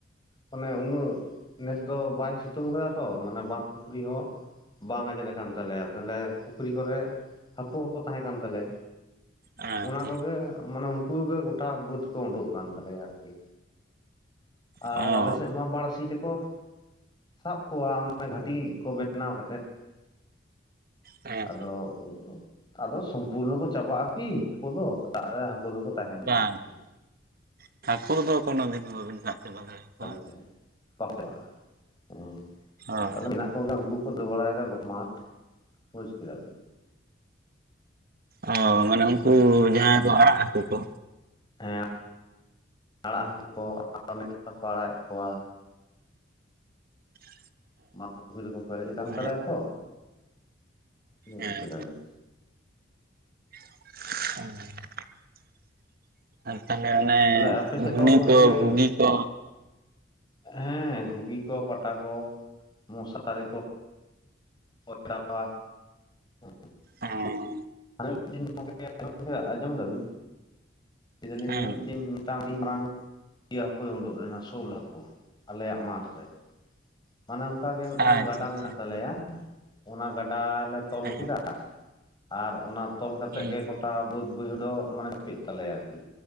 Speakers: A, on the left; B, on the right.
A: ᱢᱟᱱᱮ ᱩᱱᱟᱹᱜ ᱱᱮᱥ ᱫᱚ ᱵᱟᱭ ᱥᱤᱛᱩᱝ ᱟᱠᱟᱫᱟ ᱛᱚ ᱢᱟᱱᱮ ᱵᱟᱸᱫ ᱯᱩᱠᱷᱨᱤ ᱦᱚᱸ ᱵᱟᱝ ᱟᱸᱡᱮᱫ ᱟᱠᱟᱱ ᱛᱟᱞᱮᱭᱟ ᱛᱟᱦᱚᱞᱮ ᱯᱩᱠᱷᱨᱤ ᱠᱚᱨᱮ <inaudible> ᱦᱟᱹᱠᱩ ᱦᱚᱸᱠᱚ ᱛᱟᱦᱮᱸ ᱠᱟᱱ ᱛᱟᱞᱮᱭᱟ
B: ᱟᱪᱪᱷᱟ
A: ᱚᱱᱟ ᱠᱚᱜᱮ ᱢᱟᱱᱮ ᱩᱱᱠᱩ ᱜᱮ ᱜᱚᱴᱟ ᱵᱟᱹᱫᱽ ᱠᱚ ᱩᱰᱩᱠ ᱠᱟᱱ ᱛᱟᱞᱮᱭᱟ ᱟᱨᱠᱤ ᱟᱨ
B: ᱚ
A: ᱟᱞᱮᱥᱮᱫ ᱢᱟ ᱵᱟ. ᱲᱥᱤ ᱛᱮ ᱠᱚ <inaudible> ᱥᱟᱵ ᱠᱚᱣᱟ ᱚᱱᱟ ᱜᱷᱟᱴᱤ ᱠᱚ ᱵᱮᱱᱟᱣ ᱠᱟᱛᱮᱫ <inaudible>
B: ᱦᱮᱸ
A: ᱟᱫᱚ <unintelligible> ᱟᱫᱚ ᱥᱚᱢᱯᱩᱨᱱᱚ ᱠᱚ ᱪᱟᱵᱟᱜᱼᱟ ᱠᱤ ᱦᱟᱠᱩ ᱫᱚ ᱫᱟᱜ ᱨᱮ ᱦᱟᱹᱠᱩ ᱫᱚᱠᱚ ᱛᱟᱦᱮᱱ ᱜᱮᱭᱟ
B: ᱵᱟᱝ
A: ᱟᱨᱠᱤ
B: <inaudible> ᱦᱟᱹᱠᱩ ᱫᱚ ᱠᱚᱱᱚ ᱫᱤᱱ ᱦᱚ ᱵᱟᱵᱤᱱ ᱥᱟᱵ ᱪᱟᱵᱟ ᱫᱟᱲᱮᱭᱟᱠᱚᱣᱟ
A: ᱛᱟᱦᱚᱞᱮ ᱵᱟᱠᱚ ᱪᱟᱵᱟᱜᱼᱟ <inaudible> ᱦᱩᱸ
B: ᱦᱳᱭ
A: ᱛᱟᱦᱚᱞᱮ ᱢᱮᱱᱟᱜ ᱠᱚᱜᱮ ᱩᱱᱠᱩᱠᱚ ᱫᱟᱹᱲ ᱵᱟᱲᱟᱭᱮᱫᱟ ᱜᱚᱴ ᱢᱟᱴ ᱵᱩᱡᱽ ᱠᱮᱫᱟ ᱵᱤᱱ
B: ᱚ ᱢᱟᱱᱮ ᱩᱱᱠᱩ
A: ᱦᱩᱸ
B: ᱡᱟᱦᱟᱸᱭ ᱠᱚ ᱟᱲᱟᱜ ᱦᱟᱹᱠᱩ ᱠᱚ
A: ᱦᱮᱸ <inaudible> ᱟᱲᱟᱜ ᱦᱟᱹᱠᱩ ᱠᱚ ᱟᱨ ᱱᱮᱛᱟᱨᱠᱚ ᱟᱲᱟᱜᱮᱫ ᱠᱚᱣᱟ
B: <inaudible>
A: ᱢᱟᱴ ᱯᱩᱠᱷᱤ ᱨᱮᱠᱚ ᱯᱮᱨᱮᱡ ᱟᱠᱟᱱ
B: ᱦᱮᱸ
A: ᱛᱟᱞᱮᱭᱟ ᱛᱚ ᱵᱩᱡᱷ
B: ᱦᱮᱸ
A: ᱠᱮᱫᱟᱵᱤᱱ
B: <unintelligible> ᱟᱨ ᱛᱟᱦᱚᱞᱮ ᱚᱱᱮ
A: ᱛᱟᱦᱚᱞᱮ ᱟᱯᱮ ᱥᱮᱫ
B: ᱜᱷᱩᱱᱤ
A: ᱫᱚ ᱜᱚᱢᱠᱮ
B: ᱠᱚ ᱜᱷᱩᱜᱤ ᱠᱚ
A: ᱦᱮᱸ ᱜᱷᱩᱜᱤ ᱠᱚ ᱯᱟᱴᱟ ᱠᱚ <inaudible> ᱢᱚᱥᱟᱨᱤ ᱠᱚ <unintelligible> <inaudible>
B: ᱦᱮᱸ
A: ᱟᱨ ᱢᱤᱫ ᱫᱤᱱ ᱜᱚᱢᱠᱮ <unintelligible> ᱟᱸᱡᱚᱢ ᱫᱟᱵᱤᱱ ᱠᱮᱫᱟᱞᱤᱧ
B: ᱦᱮᱸ
A: ᱦᱚᱸ ᱢᱤᱫ ᱫᱤᱱ ᱴᱟᱝ ᱟᱹᱰᱤ ᱢᱟᱨᱟᱝ <inaudible> ᱤᱭᱟᱹ ᱦᱟᱹᱠᱩᱭ ᱩᱰᱩᱠ ᱞᱮᱱᱟ ᱥᱳᱞ ᱦᱟᱹᱠᱩ <inaudible> ᱟᱞᱮᱭᱟᱜ ᱢᱟᱴᱷ ᱨᱮ ᱚᱱᱮ ᱚᱱᱠᱟ ᱜᱮ ᱢᱤᱫᱴᱟᱝ
B: ᱟᱪᱪᱷᱟ
A: ᱜᱟᱰᱟ
B: ᱟᱪᱪᱷᱟ
A: ᱢᱮᱱᱟᱜ ᱛᱟᱞᱮᱭᱟ <inaudible> ᱚᱱᱟ ᱜᱟᱰᱟ ᱞᱮ ᱛᱚᱞ
B: ᱦᱮᱸ
A: ᱠᱮᱫᱟ ᱟ <inaudible> ᱟᱨ ᱚᱱᱟ ᱛᱚᱞ ᱠᱟᱛᱮ
B: ᱦᱮᱸ
A: ᱜᱮ ᱜᱚᱴ ᱜᱚᱴᱟ ᱵᱟᱹᱫᱽ ᱵᱟᱹᱭᱦᱟᱹᱲ ᱫᱚ ᱢᱟᱱᱮ <unintelligible> ᱛᱟᱞᱮᱭᱟ ᱠᱤᱱ